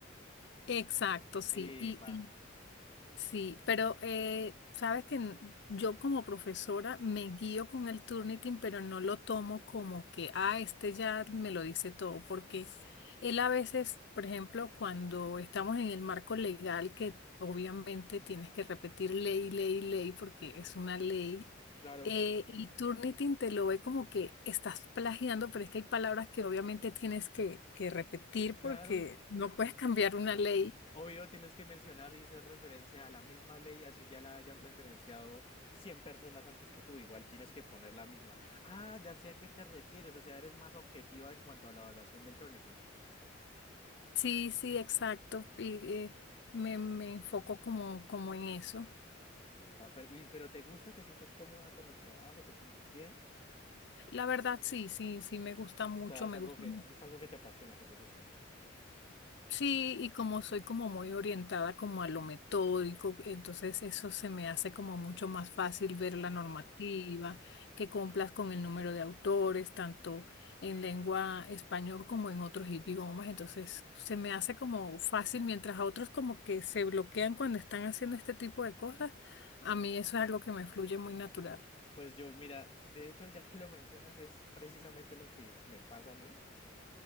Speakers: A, on the left; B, on the left.
A: Exacto, sí.
B: Epa,
A: Y, Sí, pero eh, sabes que n- yo como profesora me guío con el Turnitin, pero no lo tomo como que, ah, este ya me lo dice todo, porque él a veces, por ejemplo, cuando estamos en el marco legal, que obviamente tienes que repetir ley, ley, ley, porque es una ley,
B: claro,
A: eh, y Turnitin te lo ve como que estás plagiando, pero es que hay palabras que obviamente tienes que, que repetir porque
B: claro.
A: no puedes cambiar una ley.
B: Obvio, tienes que mencionar y hacer referencia a la misma ley, así ya la hayan referenciado 100 personas antes que tú, igual tienes que poner la misma. Ah, ya sé a qué te refieres, o sea, eres más objetiva en cuanto a la evaluación del Turnitin.
A: Sí, sí, exacto. Y, eh, me, me enfoco como, como en eso.
B: Epa, pero, y, pero ¿te gusta? ¿Te sientes cómoda con el trabajo? ¿Te sientes bien?
A: La verdad, sí, sí, sí, me gusta mucho,
B: O sea, es
A: me
B: algo
A: gusta.
B: que, es algo que te apasiona, que te gusta.
A: Sí, y como soy como muy orientada como a lo metódico, entonces eso se me hace como mucho más fácil ver
B: Ah,
A: la normativa, que cumplas con el número de autores, tanto en lengua español como en otros idiomas, entonces se me hace como fácil, mientras a otros como que se bloquean cuando están haciendo este tipo de cosas, a mí eso es algo que me fluye muy natural.
B: Pues yo, mira, de hecho, ya que lo mencionas, es precisamente lo que me pasa a mí.